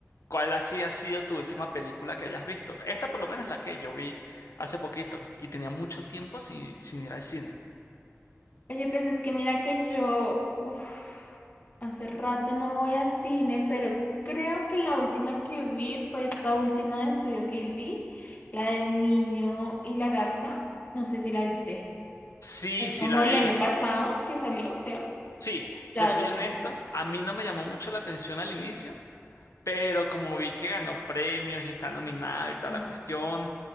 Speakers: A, on the left (about 85°); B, on the left (about 35°).
A: ¿cuál así ha sido tu última película que hayas visto? Esta por lo menos es la que yo vi hace poquito y tenía mucho tiempo sin, sin ir al cine.
B: Oye, pues es que mira que yo, uf, hace rato no voy a cine, pero creo que la última que vi fue esta última de Estudio Gilby, la del niño y la garza. No sé si la viste.
A: Sí,
B: Fue
A: sí,
B: como
A: la
B: el
A: vi.
B: año pasado que salió, creo.
A: Sí,
B: Ya
A: te soy
B: doce.
A: honesto, a mí no me llamó mucho la atención al inicio. Pero como vi que ganó premios y está nominada y toda
B: No.
A: la cuestión,